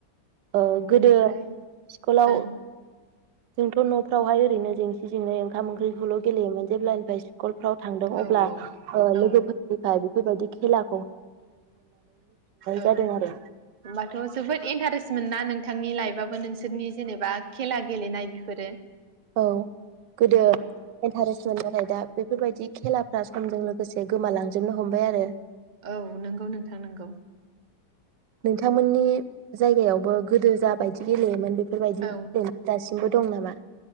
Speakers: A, on the right (about 85°); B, on the right (about 65°).
A: ओ गोदो
B: बेनिफ्राय
A: स्कुलाव
B: ओं
A: जोंथ' नफ्रावहाय ओरैनो जेंसि जेंनि ओंखाम ओंख्रिखौल' गेलेयोमोन जेब्लानिफ्राय स्कुलफ्राव थांदों
B: औ
A: अब्ला ओ
B: औ
A: लोगोफोरनिफाय बेबायदि खेला
B: औ
A: जादों आरो
B: होमबाथ जोबोद इन्टारेस्ट मोना नोंथांनि लाइफआबो नों बिसोरनि जेनेबा खेला गेलेनाय बेफोरो
A: औ गोदो
B: ओं
A: इन्टारेस्ट मोन नाथाय दा बेफोरबायदि खेलाफ्रा समजों लोगोसे गोमालांजोबनो हमबाय आरो
B: औ नंगौ नोंथां नंगौ
A: नोंथांमोननि जायगायावबो गोदो जा बायदि गेलेयोमोन बे बेफोरबायदि
B: औ
A: गेले दासिबो बो दं नामा